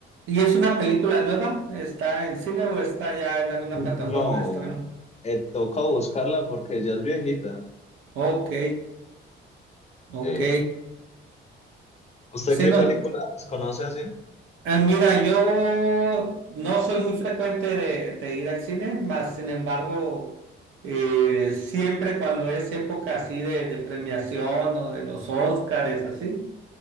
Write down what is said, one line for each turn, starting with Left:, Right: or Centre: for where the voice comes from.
Right: ¿Y es una película nueva? ¿Está en cine o está ya en alguna
Left: N-
Right: plataforma
Left: No,
Right: de streaming?
Left: eh, toca buscarla porque ella es viejita.
Right: Ok, ok.
Left: Eh, ¿usted
Right: Sí,
Left: qué
Right: no,
Left: película conoce así?
Right: eh, mira, yo no soy muy frecuente de, de ir al cine, más sin embargo, eh, siempre cuando es época así de, de premiación o de los Óscares, así,